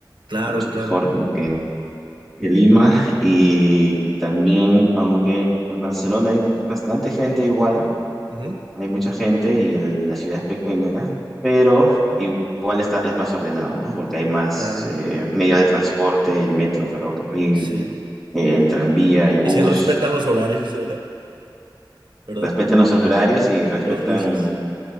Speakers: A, on the right (about 70°); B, in the centre.
A: Claro,
B: mucho
A: claro.
B: mejor, ¿no? que, que Lima. Y también, aunque en Barcelona hay bastante gente igual,
A: Ujú,
B: hay mucha gente y el- la ciudad es pequeña, pero igual está, es más ordenado, ¿no? Porque hay más
A: Claro,
B: eh, medios de transporte, el metro, ferrocarril,
A: sí.
B: el tranvía, el bus,
A: Y sí respetan los horarios, <laughs> ¿verdad?
B: respetan los horarios y respetan
A: Los buses.